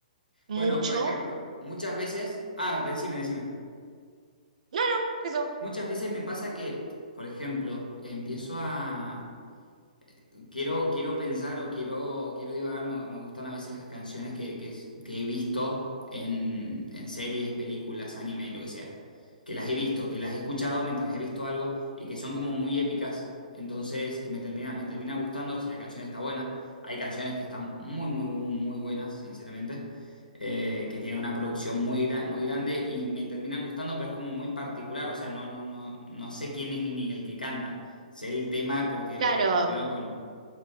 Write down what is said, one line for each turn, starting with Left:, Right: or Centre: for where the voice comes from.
Right: mucho.
Left: Bueno, por ejemplo, muchas veces, ah, decime, decime.
Right: No, no, eso.
Left: Muchas veces me pasa que, por ejemplo, empiezo a, quiero, quiero pensar o quiero, quiero divagar, me, me gustan a veces las canciones que, que, que he visto en, en series, películas, anime, lo que sea. Que las he visto, que las he escuchado mientras he visto algo y que son como muy épicas. Entonces me termina, me termina gustando si la canción está buena. Hay canciones que están muy, muy, muy, muy buenas, sinceramente. eh, que tienen una producción muy, gra- muy grande y me terminan gustando, pero es como muy particular. O sea, no, no, no, no sé quién es ni el que canta sé el tema porque
Right: claro
Left: lo relaciono con,